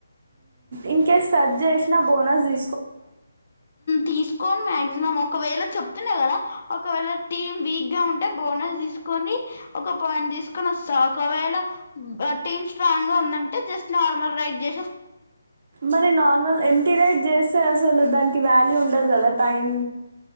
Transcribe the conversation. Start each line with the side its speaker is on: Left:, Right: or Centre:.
Right: ఇంకేస్ టచ్ చేసినా బోనస్ తీసుకోవా మరి
Left: తీసుకొని మక్సిమం ఒకవేళ చెప్తున్నా కదా ఒకవేళ టీమ్ వీక్ గా ఉంటే బోనస్ తీసుకొని ఒక పాయింట్ తీసుకని వస్తా ఒకవేళ టీమ్ స్ట్రాంగ్ గా ఉందంటే జస్ట్ నార్మల్ రైడ్ చేసి వస్తా
Right: మరి నార్మల్ ఎటీరేట్ చేస్తే అసలు దానికి వ్యాల్యూ ఉ ఉండదు కదా టైమ్